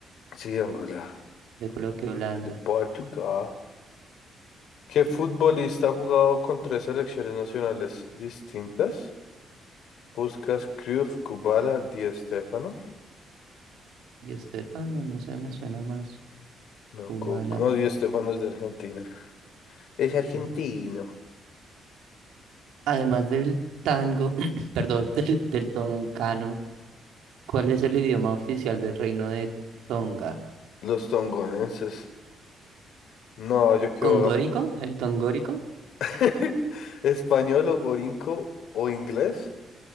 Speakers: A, on the left; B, on the right.
A: Sí, Angola.
B: Yo creo que Holanda.
A: De Portugal. ¿Qué futbolista ha jugado con tres selecciones nacionales distintas? ¿Buscas Cruyff, Kubala, Di Stéfano?
B: Di Estefano, no no sé, me suena más.
A: No,
B: Ubala.
A: Cu- no, Di Stéfano es de Argentina. Es
B: ok.
A: argentino.
B: Además del tango, <clears throat> perdón, del, del tongano, ¿cuál es el idioma oficial del reino de Tonga?
A: Los tongonenses. No, yo quedo
B: ¿Congórico? ¿El tongórico?
A: <laughs> español o gorinco o inglés.